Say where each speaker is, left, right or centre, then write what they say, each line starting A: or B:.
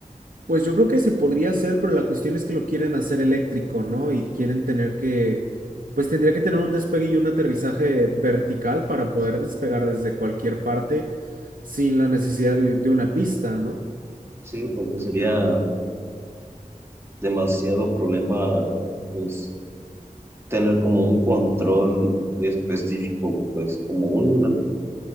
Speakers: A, on the right; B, on the right.
A: pues yo creo que se podría hacer, pero la cuestión es que lo quieren hacer eléctrico, ¿no? Y quieren tener que, pues tendría que tener un despegue y un aterrizaje vertical para poder despegar desde cualquier parte sin la necesidad de, de una pista, ¿no?
B: Sí, porque sería demasiado problema, pues, tener como un control específico, pues, como un